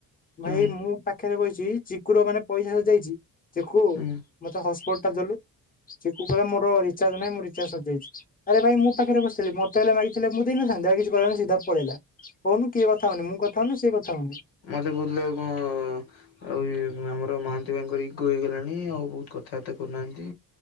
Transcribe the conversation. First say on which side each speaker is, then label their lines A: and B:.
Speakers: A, on the left; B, on the left.
A: ଭାଇ
B: ହୁଁ
A: ମୁଁ ପାଖରେ ବହିଛି ଚିକୁର ମାନେ ପଇସା ସ ଯାଇଛି। ଦେଖୁ
B: ହୁଁ।
A: ମତେ ହସପୋର୍ଟ ଟା ଦେଲୁ ସେ କହିଲା ମୋର ରିଚାର୍ଜ ନାଁ ମୁଁ ରିଚାର୍ଜସରିଯାଇଛି, ଆରେ ଭାଇ ମୋ ପାଖରେ ବସିଥିଲି ମତେ ହେଲେ ମାଗିଥିଲେ ମୁଁ ଦେଇନଥିଲି ଡାଇରେକ୍ଟ କିଛି କହିଲାନି ପଳେଇଲା, କହୁନୁ କିଏ କଥା ହଉନି? ମୁଁ କଥାଉନି ନା ସିଏ କଥା ହଉନି
B: ମତେ କହୁଥିଲେ କ ଆ ଆମର ମହାନ୍ତି ଭାଇଙ୍କର ଇଗୋ ହେଇଗଲାଣି ଆଉ ବହୁତ କଥାବାର୍ତ୍ତା କରୁନାହାନ୍ତି